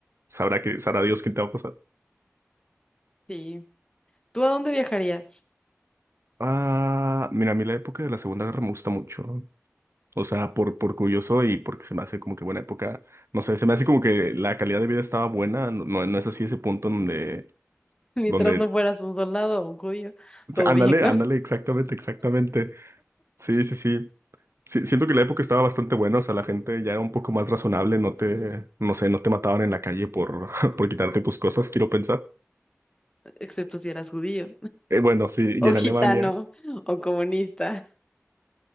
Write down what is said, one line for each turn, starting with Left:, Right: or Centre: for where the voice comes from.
Right: sabrá que, sabrá Dios quién te va a pasar.
Left: sí, ¿tú a dónde viajarías?
Right: Ah, mira, a mí la época de la Segunda Guerra me gusta mucho. O sea, por, por curioso y porque se me hace como que buena época. No sé, se me hace como que la calidad de vida estaba buena. No, no no es así ese punto donde,
Left: <laughs> Mientras
Right: donde,
Left: no fueras un soldado o un judío, todo
Right: sí, ándale,
Left: bien, ¿no?
Right: ándale, exactamente, exactamente. Sí, sí, sí. Sí, siento que la época estaba bastante buena. O sea, la gente ya era un poco más razonable. No te, no sé, no te mataban en la calle por, <laughs> por quitarte tus cosas, quiero pensar.
Left: <laughs> Excepto si eras judío,
Right: Eh, bueno, sí,
Left: o
Right: y en
Left: gitano,
Right: Alemania.
Left: o comunista.